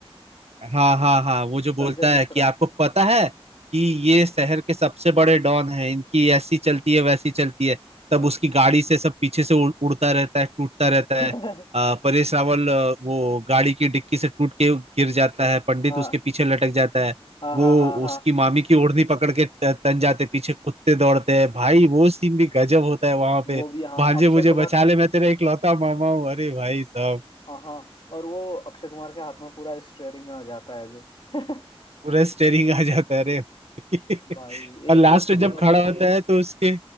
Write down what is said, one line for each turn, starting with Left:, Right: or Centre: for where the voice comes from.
Right: हाँ हाँ हाँ वो जो बोलता
Left: संजय मिश्रा
Right: है कि आपको पता है कि ये शहर के सबसे बड़े डॉन हैं इनकी ऐसी चलती है वैसी चलती है तब
Left: हाँ
Right: उसकी गाड़ी से सब पीछे से उड़, उड़ता रहता है टूटता रहता
Left: <laughs>
Right: है अ, परेश रावल अ, वो गाड़ी की डिक्की से टूट के गिर जाता है पंडित
Left: हाँ
Right: उसके पीछे लटक जाता है
Left: हाँ
Right: वो
Left: हाँ हाँ हाँ
Right: उसकी मामी की ओढ़नी पकड़ के त- तन जाते पीछे कुत्ते दौड़ते हैं भाई वो सीन भी गजब होता है वहां पे
Left: वो भी हाँ
Right: भांजे
Left: अक्षय
Right: मुझे
Left: कुमार
Right: बचा ले मैं तेरा इकलौता मामा हूँ अरे भाई साहब
Left: हाँ हाँ, और वो अक्षय कुमार के हाथ में पूरा स्टेयरिंग आ जाता है जो <laughs>
Right: पूरा स्टेरिंग आ जाता है अरे <laughs>
Left: भाई
Right: और
Left: एक
Right: लास्ट
Left: एक सीन
Right: में जब
Left: मतलब
Right: खड़ा होता है तो उसके